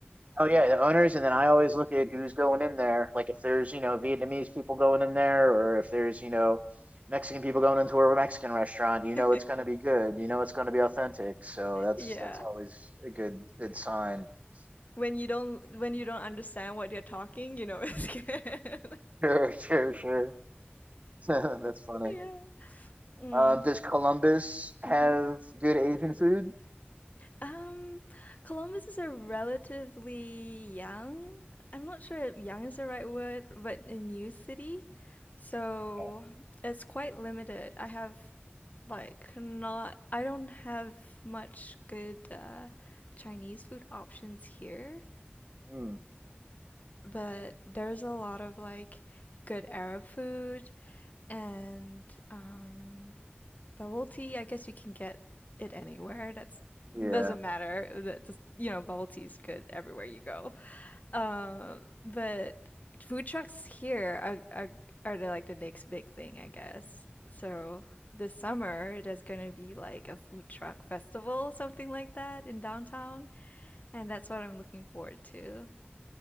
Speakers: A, on the right; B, on the left.
A: Oh yeah, the owners, and then I always look at who's going in there. Like if there's, you know, Vietnamese people going in there, or if there's, you know, Mexican people going into a Mexican restaurant,
B: <laughs>
A: you know it's going to be good. You know it's going to be authentic. So that's
B: Yeah.
A: that's always a good good sign. <laughs>
B: When you don't when you don't understand what they're talking, you know it's good. <laughs>
A: Sure, sure, sure. <laughs> That's funny.
B: Yeah. Mm.
A: Um, does Columbus
B: Mhm.
A: have good Asian food?
B: Um, Columbus is a relatively young, I'm not sure if young is the right word, but a new city. So
A: Okay.
B: it's quite limited. I have like not, I don't have much good uh, Chinese food options here,
A: Mm,
B: but there's a lot of like good Arab food and um Bubble tea, I guess you can get it anywhere. That's
A: yeah.
B: doesn't matter. That just, you know, bubble tea is good everywhere you go. Um, but food trucks here are, are are the, like the next big thing, I guess. So this summer there's gonna be like a food truck festival, something like that in downtown, and that's what I'm looking forward to.